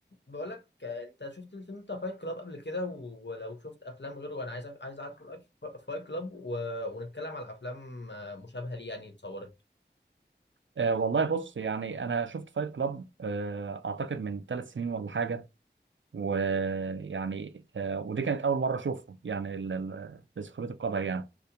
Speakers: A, on the left; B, on the right.
A: بقولك آه، انت شفت الفيلم بتاع فايت كلاب قبل كده و- ولو شفت افلام غيره انا عايز أف- عايز اعرف رايك في فايت كلاب و... ونتكلم على افلام آه، مشابهه ليه يعني اتصورت
B: آه والله بص يعني انا شفت فايت كلاب آه اعتقد من ثلاث سنين ولا حاجه ويعني آه ودي كانت اول مره اشوفه يعني ال- ال- لسخريه القدر يعني